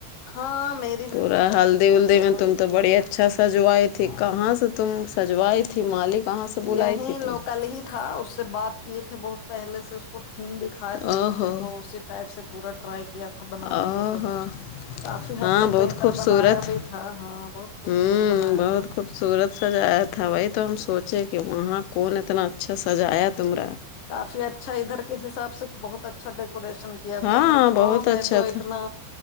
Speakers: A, on the left; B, on the left.
A: ہاں میری بھی
B: پورا
A: بہت اچھے
B: ہلدی ولدی
A: سے
B: میں
A: ہوئی
B: تم تو
A: تھی
B: بڑی اچھا سجوئے تھی کہاں سے تم سجوائی تھی مالک کہاں سے بلائی
A: یہیں
B: تھی
A: لوکل
B: تم
A: ہی تھا اس سے بات کیے تھے بہت پہلے سے اس کو تھیم دکھائے تھے
B: او
A: تو
B: ہو
A: پھر وہ اس ٹائپ سے پورا ٹرائی کیا تھا بنانے
B: او
A: کا سب
B: ہو
A: کچھ کافی حد
B: ہاں
A: تک
B: بہت
A: بہتر
B: خوبصورت
A: بنایا بھی تھا ہاں بہت خوبصورت
B: ہوں
A: بنایا
B: بہت
A: تھا
B: خوبصورت سجایا تھا وہی تو ہم سوچے کہ وہاں کون اتنا اچھا سجایا تمارا
A: کافی اچھا اچھا ادھر کے حساب سے بہت اچھا ڈیکوریشن کیا
B: ہاں
A: تھا ادھر گاؤں
B: بہت اچھا
A: ہے تو اتنا
B: تھا